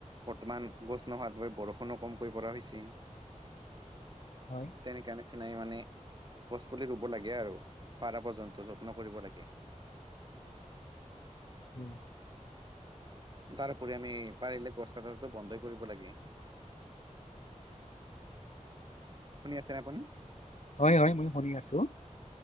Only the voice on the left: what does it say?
হয়।
উম।
হয়, হয়, মই শুনি আছোঁ।